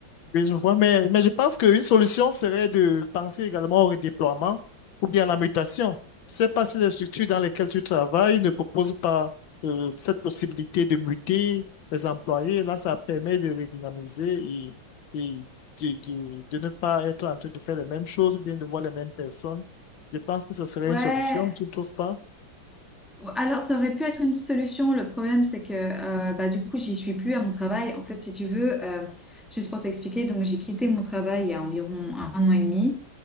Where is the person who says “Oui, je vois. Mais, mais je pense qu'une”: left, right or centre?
Left